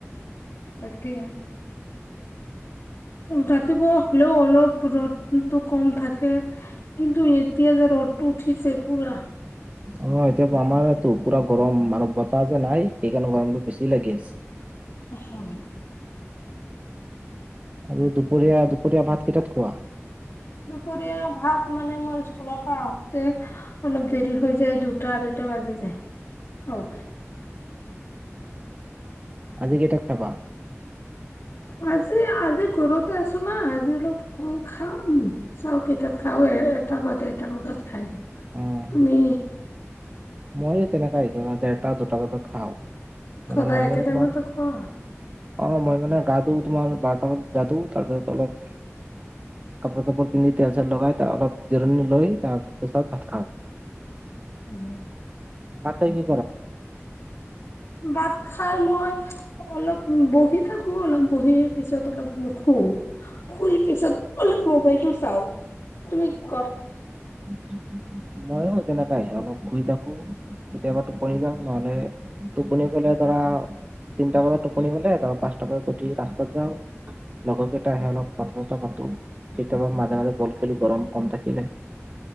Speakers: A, on the left (about 80°); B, on the right (about 30°).
A: তাকাহে যাত পুৱ হ'লেও অলপ ৰ'দতটো কম থাকে কিন্তু এতিয়া যে ৰ'দতটো উঠিছ- তে পুৰা
B: অ এতিয়া আমাৰটো পুৰা গৰম মানৱ বতাহ যে নাই সেইকাৰণে গৰমটো বেছি লাগি আছে।
A: হয়
B: আৰু দুপৰীয়া দুপৰীয়া ভাত কেইটাত খোৱা?
A: দুপৰীয়া ভাত মানে মই স্কুলৰ পৰা আহোতে অলপ দেৰি হৈ যায় দুটা আঢৈটা বাজি যায় আহোঁতে।
B: আজি কেইটাত খাবা?
A: আজি আজি ঘৰতে আছো না আজি অলপ খাও চাওকেইটাত খাও। এটা বাত এটা বজাত খাই দিম।
B: অ',
A: তুমি?
B: মইয়ো তেনেকাই ধৰা দেৰটা দুটা বজাত খাওঁ। মানে
A: সদায়
B: মই
A: একে
B: মানে
A: টাইমতে
B: তোমাৰ
A: খোৱা?
B: অ মই মানে গা ধোওঁ ধোওঁ বাৰটা গা ধোওঁ তাৰপিছত অলপ কাপোৰ তাপোৰ পিন্ধি তেল চেল লগাই তা অলপ জিৰণি লৈ তাপিছত ভাত খাওঁ। <inaudible>
A: উম।
B: ভাত খাইলি?
A: ভাত খাই মই। অলপ বহি থাকোঁ অলপ বহি পিছত অলপ মোক শু শুই পিছত অলপ- মোবাইলটো চাওঁ তুমি ক'ত
B: <inaudible> ময়ো তেনেকাই অলপ শুই থাকোঁ কেতিয়াবা টোপনি যাওঁ নহ'লে। টোপনি গ'লে ধৰা তিনটা মানত টোপনি গ'লে ধৰ পাঁচটা বজাত উঠি ৰাস্তাত যাওঁ। লগৰ কেইটা আহে অলপ কথা চথা পাতোঁ কেতিয়াবা মাজে মাজে বল খেলোঁ গৰম কম থাকিলে।